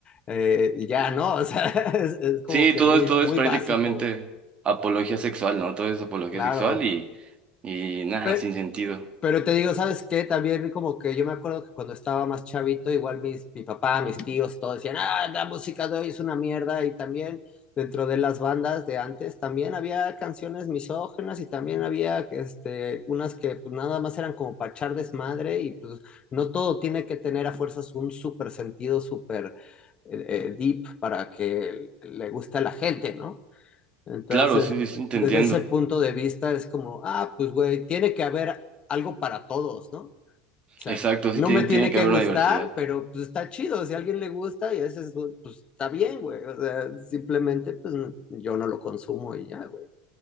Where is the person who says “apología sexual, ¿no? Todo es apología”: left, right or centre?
Right